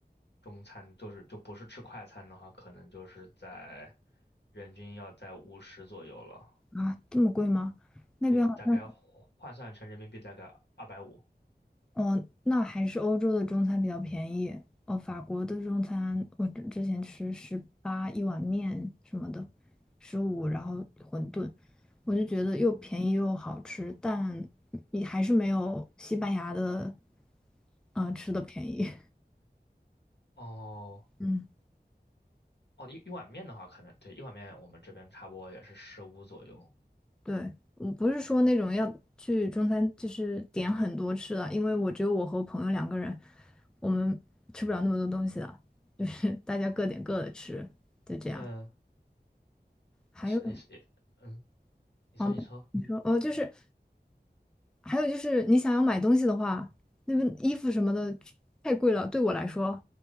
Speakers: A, on the left (about 80°); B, in the centre.
A: 中餐，就是就不是吃快餐的话，可能就是在人均要在五十左右了，
B: 啊。这么贵吗？那边好像。
A: 对，大概换算成人民币大概二百五。
B: 哦，那还是欧洲的中餐比较便宜。哦，法国的中餐，我之之前吃十八一碗面什么的，十五，然后馄饨，我就觉得又便宜又好吃，但你还是没有西班牙的，嗯、吃的便宜。
A: 哦
B: <laughs> 嗯，
A: 哦，一一碗面的话，可能对一碗面我们这边差不多也是十五左右。
B: 对，我不是说那种要去中餐，就是点很多吃的，因为我只有我和朋友两个人，我们吃不了那么多东西的，就是大家各点各的吃，就这样。
A: 嗯，
B: 还有。
A: 也是也是也，嗯，你说你说。
B: 哦，你说，呃，就是还有就是你想要买东西的话，那边衣服什么的太贵了。对我来说，